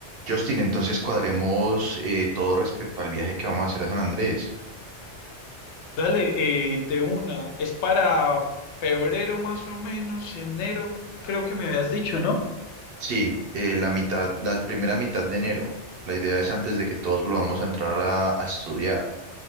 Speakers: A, on the right; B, on the left.
A: Justin, entonces cuadremos eh, todo respecto al viaje que vamos a hacer a San Andrés.
B: Dale, eh, de una. Es para febrero más o menos, enero, creo que me habías dicho, ¿no?
A: Sí, eh, la mitad, la primera mitad de enero. La idea es antes de que todos volvamos a entrar a, a estudiar.